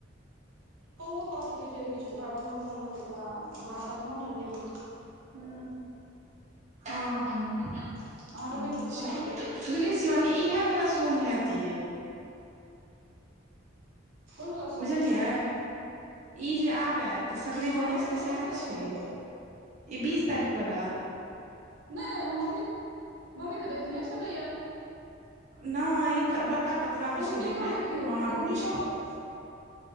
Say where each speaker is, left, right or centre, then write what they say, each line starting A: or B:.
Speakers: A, on the right (about 75°); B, on the right (about 35°).
A: तऽ उहो कऽ सकै छै, किछु ओकरा बनबय के मोन रहतै तऽ, आ भात- तात हम चढ़ेबै।
B: हूँ हँ- हँ
A: अहाँके बनि
B: अच्छा।
A: गेल खाना
B: बुझलियै शिवानी इहै वाला सोम हैत यै।
A: कोन वला सोम
B: बुझलियै ई जे आब ऐत। तऽ सकड़ैत
A: हँ
B: वाली
A: कहू
B: सबके
A: ने कोन
B: सएह
A: वला
B: छै,
A: सोम
B: ई बीस तारीख वाला।
A: नै- नै हम नै मम्मी तऽ देखने छलैया।
B: नै ई प- बड़का पतरा मे
A: पूर्णिमा
B: छै देने
A: देखियौ
B: मामा
A: पूर्णिमा
B: के पूछ